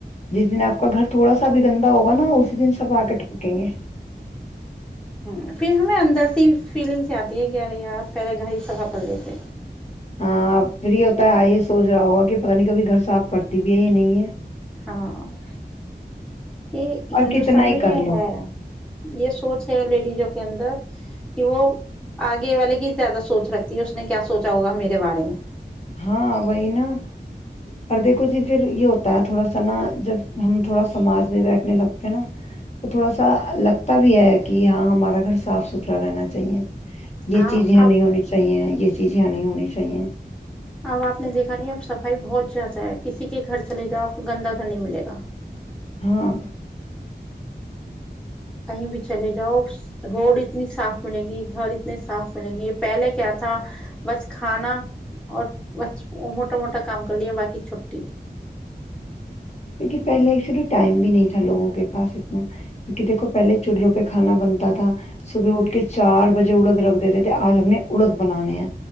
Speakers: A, on the left (about 40°); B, in the centre.
A: جس دن آپ کا گھر تھوڑا سا بھی گندا ہوگا نا اسی دن سب آ کے ٹپکیں گے
B: ہ پھر ہمیں اندر سی فیلنگس آتی ہے کہیارے یار پہلے گھر ہی صفا کر لیتے
A: ہاں پری ہوتا ہے آئی یہ سوچ رہا ہوگا کہ پتہ نہیں کبھی گھر صاف کرتی بھی ہے یا نہیں ہے
B: ہاں یہ
A: اور
B: ہندوستان
A: کتنا ہی
B: میں یہ
A: کر لو
B: ہے یہ سوچ ہے لیڈیزوں کے اندر کہ وہ آگے والے کی زیادہ سوچ رکھتی ہے اس نے کیا سوچا ہوگا میرے بارے میں
A: ہاں وہی نا پر دیکھو جی پھر یہ ہوتا ہے تھوڑا سا نا جب ہم تھوڑا سماج میں بیٹھنے لگتے ہیں نا تو تھوڑا سا لگتا بھی ہے کہ ہاں ہمارا گھر صاف ستھرا رہنا چاہیے یہ
B: ہاں
A: چیز یہ
B: اب
A: نہیں ہونی چاہیے یہ چیز آ نہیں ہونی چاہیے
B: اب آپ نے دیکھا نہیں اب صفائی بہت جیادا ہے کسی کے گھر چلے جاؤ آپ کو گندا گھر نہیں ملے گا
A: ہاں
B: کہیں بھی چلے جاؤ روڈ اتنی صاف ملیں گی گھر اتنے صاف ملیں گے <unintelligible> پہلے کیا تھا بس کھانا اور بس موٹا موٹا کام کر لیا باقی چھٹی
A: کیونکہ پہلے ایکچولی ٹائم بھی نہیں تھا لوگوں کے پاس اتنا کیونکہ دیکو پہلے چلوں پہ کھانا بنتا تھا صبح اٹھ کے چار بجے اڑد رکھ دیتے تھے آج ہم نے اڑد بنانے ہیں